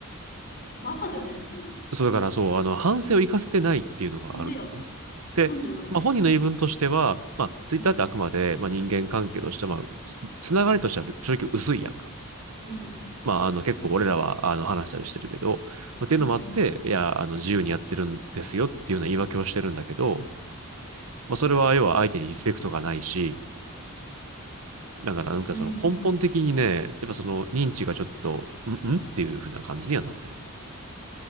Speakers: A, on the left (about 45°); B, on the right (about 75°).
A: バカだよね、普通に。
B: そう、だからそう、あの、反省を生かせてないっていうのがあるんだ。
A: なんでや。
B: で、
A: なんでだろ
B: まあ、本人の言い分としては、まあ、ツイッターってあくまで、
A: う。うん。
B: まあ、人間関係として、まあ、つつながりとしては正直薄いやんか。
A: うん。
B: まあ、あの、結構俺らは、あの、話したりしてるけど、まあ、っていうのもあって、
A: うん。
B: いや、あの、自由にやってるんですよっていうような言い訳をしてるんだけど、まあ、それは要は相手にリスペクトがないし、だからなんかその根本的にね、
A: うん。
B: やっぱその認知がちょっと、んんっていう風な感じにはなってる。